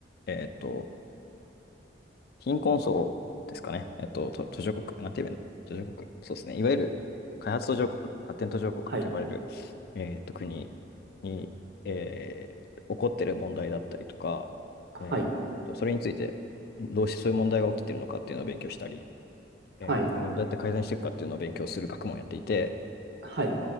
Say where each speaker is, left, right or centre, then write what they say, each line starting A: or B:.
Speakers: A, on the left; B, on the right.
A: えっと、貧困層ですかね。えっと、と途上国、なんて言えばいいの途上国。そうですね。いわゆる開発途上国、発展途上国って呼ばれる、
B: はい、
A: えっと、国に、えー起こってる問題だったりとか、
B: はい、
A: えーと、それについて、どうしてそういう問題が起きてるのかっていうのを勉強したり、えーそれをどうやって改善していくかっていうのを勉強する学問をやっていて、
B: はい、はい、